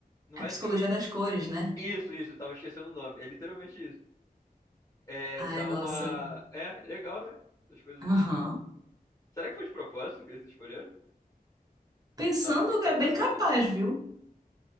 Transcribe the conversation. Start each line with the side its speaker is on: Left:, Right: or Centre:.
Left: não
Right: É A
Left: é
Right: psicologia
Left: teoria.
Right: das cores, né?
Left: Isso, isso, eu tava esquecendo o nome. É literalmente isso. É,
Right: Ai,
Left: dá
Right: nossa.
Left: uma. É, legal, né? Essas coisas
Right: Aham.
Left: assim. Será que foi de propósito que eles escolheram?
Right: Pensando,
Left: Na hora de categorizar.
Right: é bem capaz, viu?